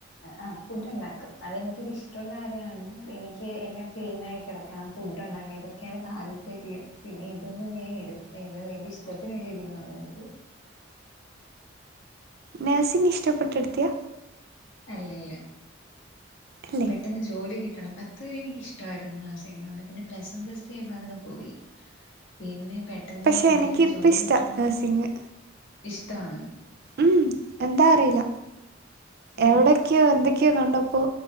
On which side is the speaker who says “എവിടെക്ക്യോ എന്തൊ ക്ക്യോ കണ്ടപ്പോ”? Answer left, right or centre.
Right